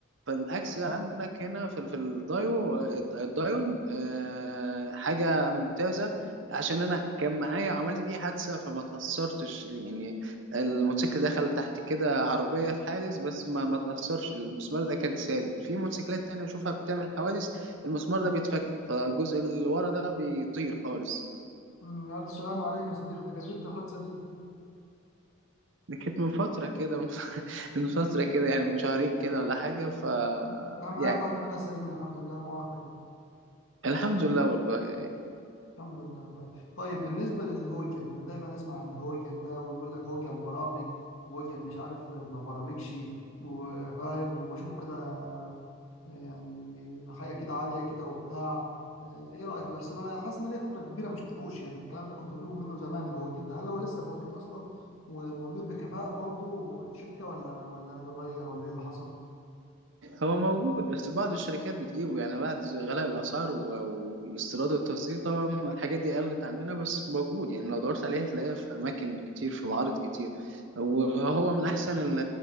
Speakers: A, on the right (about 60°); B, on the left (about 75°).
A: فالأكس عندك هنا في في الدايو الدايون آه، حاجة ممتازة عشان أنا كان معايا وعملت بيه حادثة فما تأثرتش يعني الموتوسيكل دخل تحت كده عربية في حادث بس ما ما تأثرش المسمار ده كان ثابت في موتوسيكلات تانية أشوفها بتعمل حوادث المسمار ده بيتفك فالجزء اللي ورا ده بيطير خالص
B: أمم، ألف سلام عليك يا صديقي ده كانت امتى الحادثة دي
A: دي كانت من فترة كده <laughs> من فترة كده يعني من شهرين كده ولا حاجة ف
B: أهم حاجة
A: يعني
B: طلعت منها سليم الحمد لله معافى يعني.
A: الحمد لله والله
B: الحمد لله طيب طيب بالنسبة للهوجن أنا دايما أسمع عن الهوجن ده ويقول لك هوجن برامج هوجن مش عارف ما برامجش وفاهم وبشوفه كده يعني حاجة كده عالية كده وبتاع إيه رأيك بس أنا حاسس إن أنا ليا فترة كبيرة ما شفتهوش يعني الكلام ده كنت بشوفه منه زمان الهوجن ده هل هو لسه موجود أصلا وموجود بكفاءة برضه الشركة ولا ولا اتغير ولا إيه اللي حصل؟
A: هو موجود بس بعض الشركات بتجيبه يعني بعد غلاء الأسعار و- والاستيراد والتصدير طبعا الحاجات دي قلت عندنا بس موجود يعني لو دورت عليه هتلاقيه في أماكن كتير في معارض كتير وهو من أحسن ال-